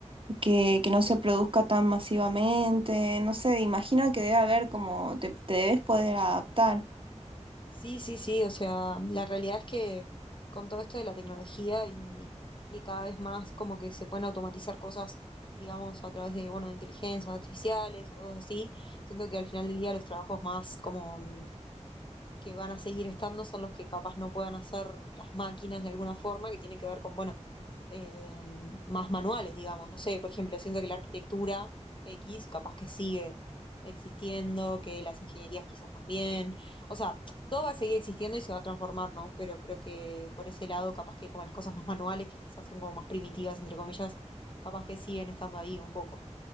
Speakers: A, on the right; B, on the left.
A: que, que no se produzca tan masivamente, no sé, imagino que debe haber como te, te debes poder
B: mucho.
A: adaptar.
B: Sí, sí, sí, o sea, la realidad es que con todo esto de la tecnología y, y cada vez más como que se pueden automatizar cosas, digamos, a través de, bueno, de inteligencias artificiales o cosas así, siento que al final del día los trabajos más como que van a seguir estando son los que capaz no puedan hacer las máquinas de alguna forma, que tiene que ver con, bueno, eh, más manuales, digamos. No sé, por ejemplo, siento que la arquitectura X capaz que sigue existiendo, que las ingenierías quizás también. O sea, todo va a seguir existiendo y se va a transformar, ¿no? Pero creo que por ese lado, capaz que como las cosas más manuales, que quizás son como más primitivas, entre comillas, capaz que siguen estando ahí un poco.